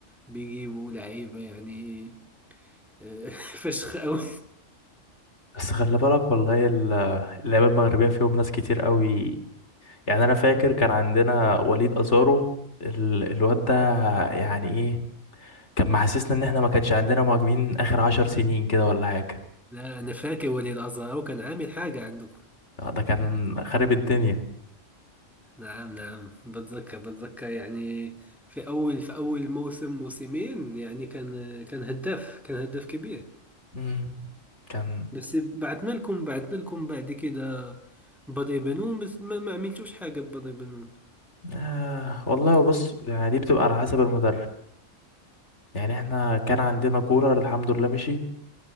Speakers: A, in the centre; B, on the left (about 60°).
A: بيجيبوا لعيبة يعني آه، <laughs> فشخ أوي
B: بس خلي بالك والله ال- اللعيبه المغربيه فيهم ناس كتير قوي يعني انا فاكر كان عندنا وليد ازارو ال... الواد ده يعني ايه كان محسسنا ان احنا ما كانش عندنا مهاجمين اخر عشر سنين كده ولا حاجه
A: لا أنا فاكر وليد أزهر كان عامل حاجة عندكم
B: آه، ده كان خارب الدنيا
A: نعم نعم بتذكر بتذكر يعني في أول في أول موسم موسمين يعني كان كان هداف كان هداف كبير
B: مم. كان
A: بس بعتنا لكم بعتنا لكم بعد كده بدر بنون بس ما, ما عملتوش حاجة ببدر بنون
B: آه والله بص يعني دي بتبقى على حسب المدرب يعني احنا كان عندنا كولر الحمد لله مشي